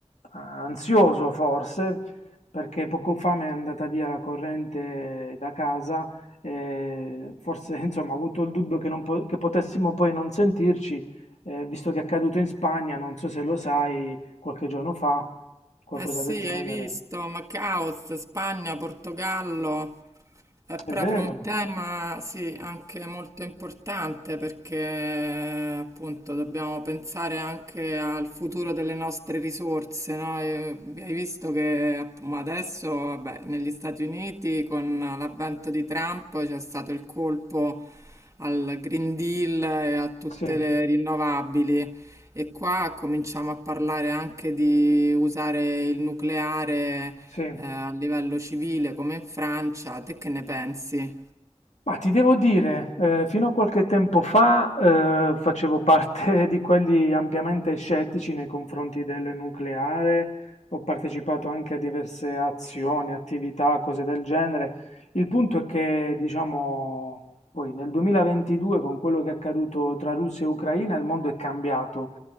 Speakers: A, on the left; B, on the right.
A: ansioso forse, perché poco fa mi è andata via la corrente da casa e forse, <laughs> insomma, ho avuto il dubbio che, non po- che potessimo poi non sentirci, eh, visto che è accaduto in Spagna, non so se lo sai, qualche giorno fa, qualcosa
B: Eh sì,
A: del genere.
B: hai visto, ma caos, Spagna, Portogallo, è proprio
A: È vero?
B: un tema, sì, anche molto importante perché appunto dobbiamo pensare anche al futuro delle nostre risorse, no? E Hai visto che app- ma adesso, vabbè, negli Stati Uniti con l'avvento di Trump c'è stato il colpo al Green Deal e a tutte
A: Sì,
B: le rinnovabili. E qua cominciamo a parlare anche di usare il nucleare
A: sì.
B: eh, a livello civile come in Francia. Te che ne pensi?
A: Ma ti devo dire, eh, fino a qualche tempo fa eh, facevo parte <laughs> di quelli ampiamente scettici nei confronti del nucleare, ho partecipato anche a diverse azioni, attività, cose del genere. Il punto è che, diciamo, poi nel 2022, con quello che è accaduto tra Russia e Ucraina, il mondo è cambiato.